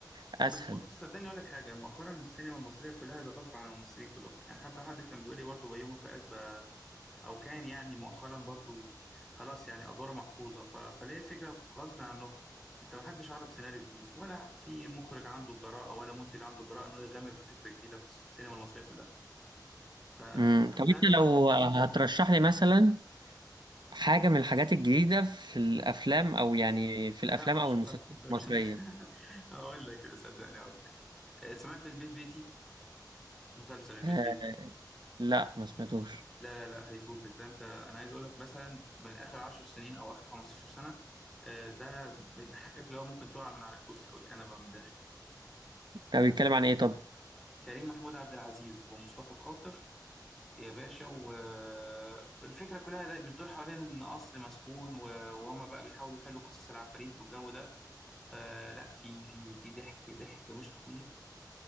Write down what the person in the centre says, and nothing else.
بس بص صدقني اقول لك حاجه مؤخرا السينما المصريه كلها ده غصب عن الممثلين كلهم يعني حتى حد كان بيقول لي برضه بيومي فؤاد بقى او كان يعني مؤخرا برضو خلاص يعني ادواره محفوظه ف... فليه الفكره غصب عنهم انت ما حدش عرض سيناريو جديد ولا في مخرج عنده الجراءه ولا منتج عنده الجراءه انه يغامر بفكره جديده في السينما المصريه كلها ف... ففعلا
تحس
لا ما رشحلكش
ما تكذبش
<laughs> اقول لك صدقني اقول لك آه، سمعت البيت بيتي مسلسل البيت
بيتي
لا لا لا هيفوتك ده انت انا عايز اقول لك مثلا من اخر 10 سنين او اخر 15 سنه آه، ده بيضحكك لو ممكن تقع من على الكرسي او الكنبه من الضحك
كريم محمود عبد العزيز ومصطفى خاطر يا باشا والفكرة كلها ده بتدور حوالين إن قصر مسكون و- وهما بقى بيحاولوا يحلوا قصص العفاريت والجو ده فلا في في في ضحك ضحك مش طبيعي